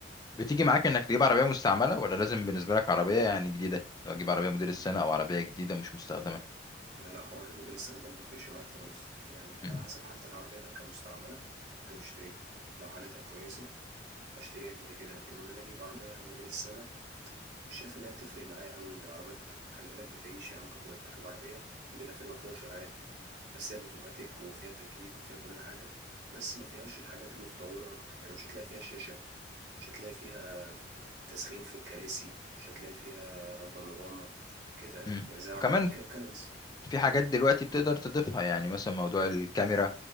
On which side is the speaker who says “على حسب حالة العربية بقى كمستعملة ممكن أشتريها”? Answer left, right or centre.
Right